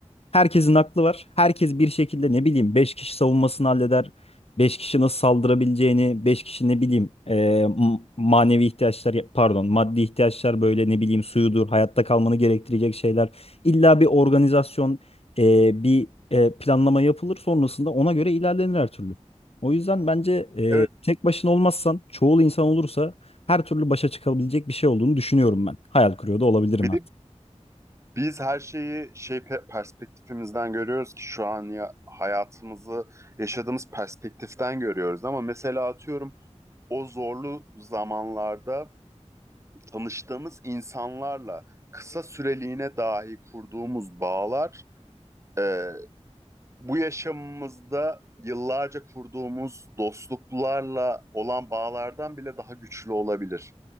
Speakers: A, on the left; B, on the right.
A: Herkesin aklı var. Herkes bir şekilde ne bileyim 5 kişi savunmasını halleder. beş kişi nasıl saldırabileceğini, 5 kişi ne bileyim e, m- manevi ihtiyaçlar pardon maddi ihtiyaçlar böyle ne bileyim suyudur, hayatta kalmanı gerektirecek şeyler. İlla bir organizasyon, e, bir e, planlama yapılır sonrasında ona göre ilerlenir her türlü. O yüzden bence e,
B: Evet.
A: tek başına olmazsan, çoğul insan olursa her türlü başa çıkabilecek bir şey olduğunu düşünüyorum ben. Hayal kuruyor da olabilirim
B: Bir
A: artık.
B: de biz her şeyi şey pe- perspektifimizden görüyoruz ki şu an ya hayatımızı yaşadığımız perspektiften görüyoruz ama mesela atıyorum o zorlu zamanlarda tanıştığımız insanlarla kısa süreliğine dahi kurduğumuz bağlar e, bu yaşamımızda yıllarca kurduğumuz dostluklarla olan bağlardan bile daha güçlü olabilir.